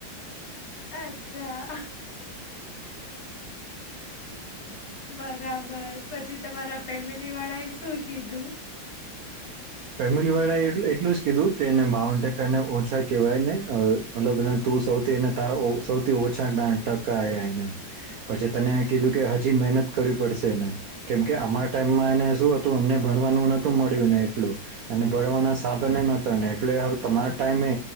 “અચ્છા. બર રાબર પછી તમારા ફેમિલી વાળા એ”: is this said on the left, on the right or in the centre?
Left